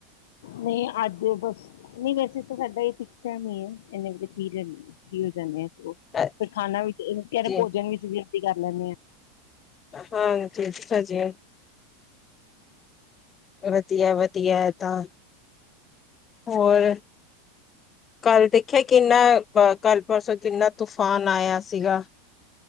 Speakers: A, on the left; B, on the left.
A: ਨਹੀਂ ਅੱਜ ਏ ਬਸ ਨਹੀਂ ਵੈਸੇ ਤਾਂ। ਸਾਡਾ ਇਹ ਫਿਕਸ ਟੈਮ ਈ ਏ ਇਨੇ ਵਜੇ ਪੀ ਲੈਣੈ ਆ ਫ੍ਰੀ ਹੋ‌ ਜਾਣੇ ਆ।
B: ਹਾਂ
A: ਪਰ ਖਾਨਾ ਵਿੱਚ ਤੇਰੇ
B: ਜੀ
A: ਭੋਜਨ ਵਿੱਚ ਗਿਣਤੀ ਕਰ ਲੈਣੇ ਆ।
B: ਹਾਂਜੀ ਅੱਛਾ ਜੀ। ਵਧੀਆ-ਵਧੀਆ ਤਾਂ ਹੋਰ ਕੱਲ ਦੇਖਿਆ ਕਿੰਨਾ ਕੱਲ ਪਰਸੋਂ ਕਿੰਨਾ ਤੂਫਾਨ ਆਇਆ ਸੀਗਾ।